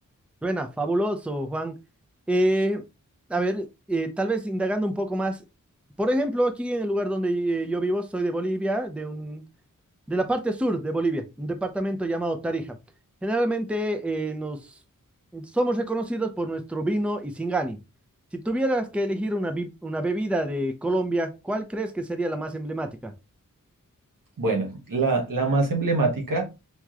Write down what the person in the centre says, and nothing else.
Buena, fabuloso, Juan. Eh, a ver, eh, tal vez indagando un poco más. Por ejemplo, aquí en el lugar donde eh, yo vivo, soy de Bolivia, de un, de la parte sur de Bolivia, un departamento llamado Tarija. Generalmente eh, nos somos reconocidos por nuestro vino y Singani. Si tuvieras que elegir una, bi- una bebida de Colombia, ¿cuál crees que sería la más emblemática?